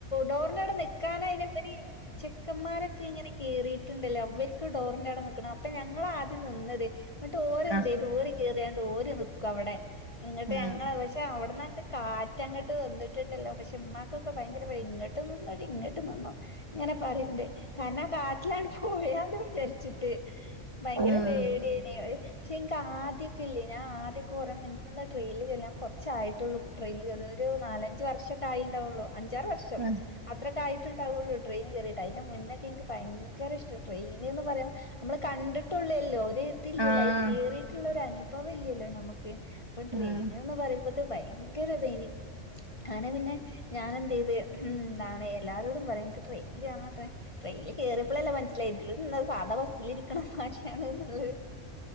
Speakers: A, on the left; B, on the right.
A: ഡോറിന്റവിടെ നിക്കാനയ്നിവര് ചെക്കന്മാരൊക്കെ ഇങ്ങനെ കേറിയിട്ടുണ്ടല്ലോ അവർക്ക് ഡോറിന്റവിടെ നിക്കണം. അപ്പൊ ഞങ്ങളാ ആദ്യം നിന്നത് എന്നിട്ട് ഓല് എന്തെയ്തു
B: ആഹ്
A: ഓര് കേറിയാണ്ട് ഓര് നിക്കും അവടെ എന്നിട്ട്
B: ആഹ്
A: ഞങ്ങളെ ഓൽ പക്ഷെ അവിടന്നങ്ങട്ട് കാറ്റങ്ങട്ട് വന്നിട്ടുണ്ടല്ലോ പക്ഷെ ഉമ്മാക്കൊക്കെ ഭയങ്കര <unintelligible> <unintelligible> ഇങ്ങട്ട് നിന്നോ ഇങ്ങനെ പറയിണ്ട് കാരണം ആ കാറ്റിലങ്ങട്ട് പോയാലോ വിചാരിച്ചിട്ട്. ഭയങ്കര
B: ഉം
A: പേടിയണ് ഒരു പക്ഷെ എനിക്ക് ആദ്യൊക്കെല്ലേ ഞാൻ ആദ്യൊക്കെ കുറേ മുന്ന്ന്നാ ട്രെയിനിൽ കേറാ ഞാൻ കൊറച്ചായിട്ടുള്ളൂ ട്രെയിനിൽ കേറണത് ഒരു നാലഞ്ച് വർഷൊക്കെ ആയിണ്ടാവുള്ളൂ അ ഞ്ചാറ് വർഷം
B: ആഹ്
A: അത്രക്കെ ആയിട്ടുണ്ടാവുള്ളൂ ട്രെയിനിൽ കേറിയിട്ട് അയിന്റെ മുന്നൊക്കെ എൻക്ക് ഭയങ്കര ഇഷ്ടാ ട്രെയിന് ന്ന് പറയാൻ നമ്മള് കണ്ടിട്ടുള്ളല്ലോ ഒരിതില്ലല്ലോ
B: ആഹ് ആഹ്
A: അയിൽ കേറിയിട്ടുള്ള ഒരു അനുഭവം ഇല്ലല്ലോ നമുക്ക് അപ്പം ട്രെയിന്
B: ഉം
A: എന്ന് പറയുന്നത് ഭയങ്കരിതേന് അങ്ങനെ പിന്നെ ഞാനെന്ത് ചെയ്ത് <unintelligible> എല്ലാരോടും പറയും എനിക്ക് ട്രെയിൽ കേറാ <unintelligible> ട്രെയിനിൽ കേറിയപ്പളല്ലേ മനസിലായെ ഇതിലിരുന്നാല് സാധാ ബസ് സ്സിലിരിക്കണ മാരിയാന്ന്ള്ളത്.